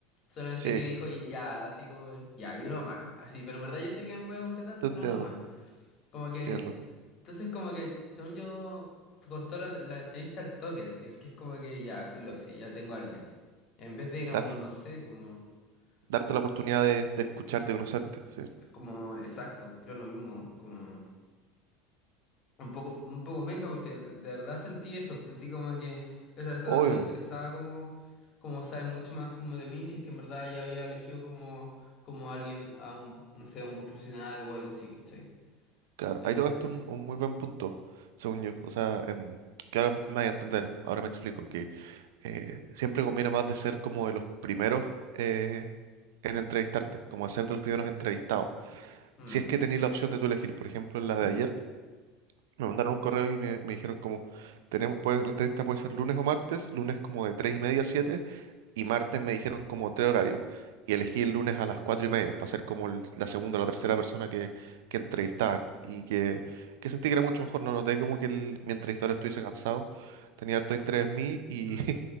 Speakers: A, on the left; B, on the right.
A: Solamente
B: sí,
A: que dijo, ya, así como, ya, y uno más, así, pero en verdad yo sé que me voy a contratar,
B: te
A: pero
B: entiendo,
A: uno más. Como
B: entiendo,
A: que. Entonces, como que, según yo, cortó la, la entrevista al toque, así, porque es como que ya, filo, sí, ya tengo a alguien. En vez de,
B: claro,
A: como, no sé, como.
B: darte
A: mm,
B: la oportunidad de, de escucharte, conocerte, sí,
A: Como, exacto, creo lo mismo, como. Un poco, un poco penca, porque de de verdad sentí eso, sentí como que a esta persona
B: obvio.
A: no le interesaba, como. Como saben mucho más como de mí, si es que en verdad ya había elegido como. Como alguien, a un, no sé, a un buen profesional o algo así, ¿cachai?
B: Claro,
A: Eh,
B: ahí tocaste
A: entonces,
B: un, un
A: como.
B: muy buen punto, según yo. O sea, em, que ahora me voy a entender, ahora me explico, que eh, siempre conviene más de ser como de los primeros eh, en entrevistarte, como de ser de los primeros entrevistados.
A: mm,
B: Si es que tenéis la opción de tú elegir, por ejemplo, en la de
A: sí, po,
B: ayer, me mandaron un correo y me, me dijeron como, tenemos, pues, la entrevista puede ser lunes o martes, lunes como de 3 y media a 7 y martes me dijeron como tres horarios. Y elegí el lunes a las cuatro y media para ser como el- la segunda o la tercera persona que, que entrevistaban. Y que, que sentí que era mucho mejor. No noté como que el, mi entrevistador estuviese cansado. Tenía harto interés en mí y
A: mm.
B: <laughs> fue